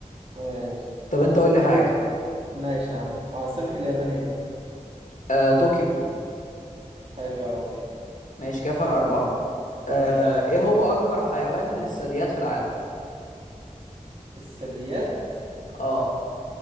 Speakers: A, on the right (about 50°); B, on the left (about 75°).
A: ماشي
B: طب انت قول لي حاجه
A: ماشي يا عم عاصمه اليابان ايه
B: آه، طوكيو
A: حلو قوي
B: ماشي كفر أربعة آه،
A: ماشي
B: ايه هو اكبر حيوان من الثدييات في العالم
A: الثدييات
B: اه